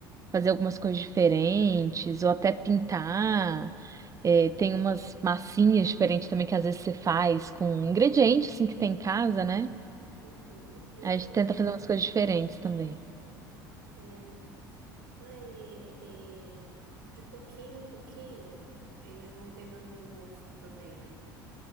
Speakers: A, on the right; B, on the right.
A: fazer algumas coisas diferentes, ou até pintar. É, tem umas massinhas diferentes também que às vezes você faz com ingredientes assim que tem em casa, né?
B: Uhum, sim,
A: Aí a gente tenta
B: é,
A: fazer umas coisas diferentes também.
B: é. Aí, é, de pouquinho em pouquinho, eles vão pegando o gosto também, né?